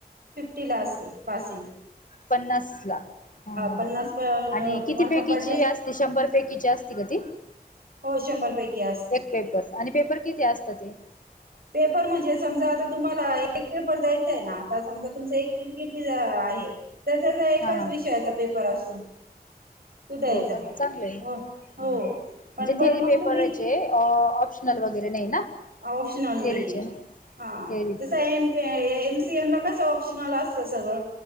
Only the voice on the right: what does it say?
फिफ्टी ला असते पासिंग.
पन्नास मार्क
पडलेच
हो शंभर पैकी असती.
पेपर म्हणजे समजा आता तुम्हाला एक पेपर द्यायचं आहे ना आता समजा तुमचा एक <unintelligible> कितीचा आहे तर त्याचा एकाच
विषयाचा पेपर असतो. तो द्यायचा
हो हो
पण बरं
मग
तुम्ही
ऑप्शनल
नाहीये हा
जसं एम ते एमस सी एम ला कसं ऑप्शनल असतं सगळं